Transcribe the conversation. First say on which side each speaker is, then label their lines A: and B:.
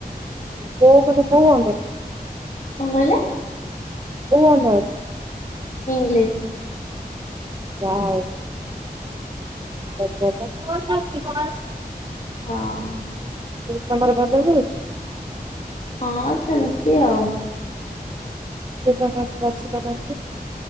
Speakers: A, on the right (about 25°); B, on the left (about 50°).
A: କୋଉ ମାନେ କୋଉ।
B: କଣ କହିଲେ?
A: କୋ ଅର୍ନସ?
B: ଇଂଲିଶ।
A: ଯା ହଉ। <inaudible> କଁ କହୁଚୁ?
B: ହଁ।
A: ତମର ଭଦ୍ରକ ଏଇଟି?
B: ହଁ ସେମିତି ଆଉ।
A: ବା ସେ ବାଛିନ୍ତି <inaudible>